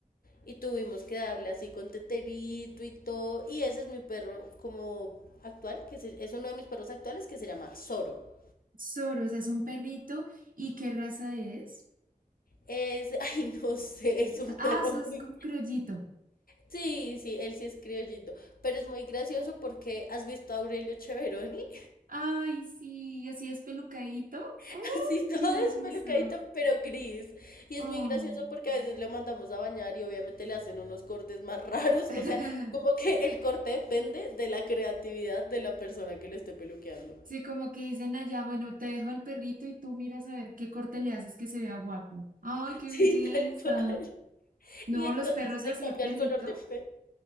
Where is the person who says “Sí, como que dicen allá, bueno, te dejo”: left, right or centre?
Right